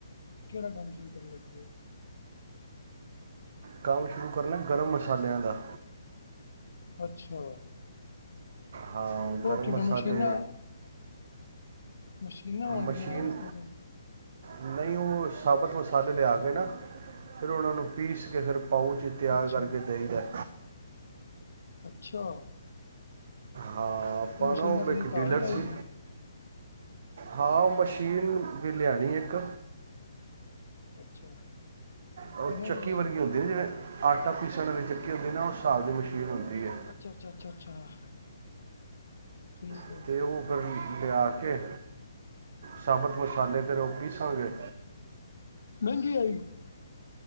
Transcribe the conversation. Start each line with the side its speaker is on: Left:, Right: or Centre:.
Left: ਕੇੜਾ ਕੰਮ ਸ਼ੁਰੂ ਕਰਨ ਲੱਗੇ ਔ?
Right: ਕੰਮ ਸ਼ੁਰੂ ਕਰਨਾ ਗਰਮ ਮਸਾਲਿਆਂ ਦਾ।
Left: ਅੱਛਾ।
Right: ਹਾਂ,
Left: ਉਹ
Right: ਗਰਮ
Left: ਕਿਵੇਂ
Right: ਮਸਾਲੇ,
Left: ਮਸ਼ੀਨਾਂ, ਮਸ਼ੀਨਾਂ ਹੋਣਗੀਆਂ
Right: ਮਸ਼ੀਨ
Left: ਓਹਦੇ ਵਾਸਤੇ ਤਾਂ?
Right: ਨਹੀਂ ਉਹ ਸਾਬਤ ਮਸਾਲੇ ਲਿਆ ਕੇ ਨਾ, ਫੇਰ ਉਹਨਾਂ ਨੂੰ ਪੀਸ ਕੇ ਫੇਰ ਪਾਊਚ ਤਿਆਰ
Left: ਅੱਛਾ,
Right: ਕਰਕੇ ਦੇਈ ਦਾ।
Left: ਅੱਛਾ।
Right: ਹਾਂ ਆਪਾਂ
Left: ਤੇ ਮਸ਼ੀਨਾਂ
Right: ਣਾ ਓਹ
Left: ਤੁਸੀਂ
Right: ਇੱਕ
Left: ਘਰ
Right: ਡੀਲਰ
Left: ਹੀ ਲਾਈ
Right: ਸੀ।
Left: ਦੀਆਂ,
Right: ਹਾਂ, ਉਹ ਮਸ਼ੀਨ ਵੀ ਲਿਆਣੀ ਇੱਕ।
Left: ਅੱਛਾ।
Right: ਉਹ
Left: ਕਿੰਨੇ
Right: ਚੱਕੀ
Left: ਦੀਆਂ ਆਣਗੀਆਂ?
Right: ਵਰਗੀ ਹੁੰਦੀ ਏ, ਜਿਵੇੰ ਆਟਾ ਪੀਸਣ ਵਾਲੀ ਚੱਕੀ ਹੁੰਦੀ ਨਾ ਉਸ ਹਿਸਾਬ ਦੀ ਮਸ਼ੀਨ ਹੁੰਦੀ ਐ।
Left: ਅੱਛਾ ਅੱਛਾ ਅੱਛਾ ਅੱਛਾ ਠੀਕ ਏ।
Right: ਅਤੇ ਉਹ ਫੇਰ ਲਿਆ ਕੇ ਸਾਬਤ ਮਸਾਲੇ ਫੇਰ ਉਹ ਪੀਸਾਂਗੇ।
Left: ਮਹਿੰਗੀ ਆਏਗੀ?